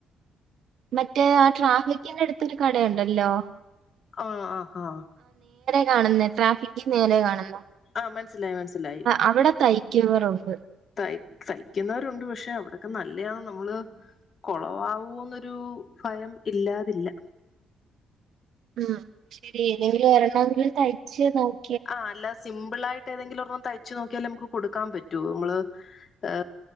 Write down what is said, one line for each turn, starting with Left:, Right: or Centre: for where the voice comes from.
Right: മറ്റേ ആ ട്രാഫിക്കിന്റെ അടുത്തൊരു കടയുണ്ടല്ലോ
Left: ആ ആഹ് ആ
Right: കാണുന്നേ ട്രാഫിക്കിൻ നേരെ കാണുന്ന
Left: ആഹ് മനസ്സിലായി മനസ്സിലായി
Right: അവിടെ തയിക്കുവറുണ്ട്
Left: തയ് തയ്ക്കുന്നവരുണ്ട് പക്ഷെ അവിടൊക്കെ നല്ലയാണ് നമ്മള് കൊളവാവൂന്നൊരു ഭയം ഇല്ലാതില്ല
Right: മൂ ശരി ഏതെങ്കിലും ഒരണ്ണവെങ്കിലും തയിച്ചു നോക്കാം
Left: ആ നല്ല സിമ്പിൾ ആയിട്ട്ഏതെങ്കിലും ഒരണ്ണം തയ്ച്ചുനോ ക്യാലേ നമുക്ക് കൊടുക്കാൻ പറ്റൂ നമ്മള് ഏ